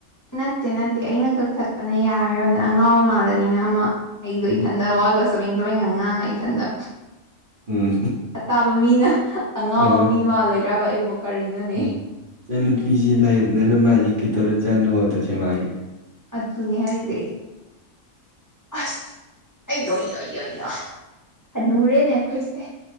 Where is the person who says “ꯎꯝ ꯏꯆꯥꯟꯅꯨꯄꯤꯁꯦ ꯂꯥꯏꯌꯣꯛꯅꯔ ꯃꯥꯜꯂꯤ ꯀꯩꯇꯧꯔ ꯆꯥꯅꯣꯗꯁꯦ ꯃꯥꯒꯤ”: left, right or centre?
Right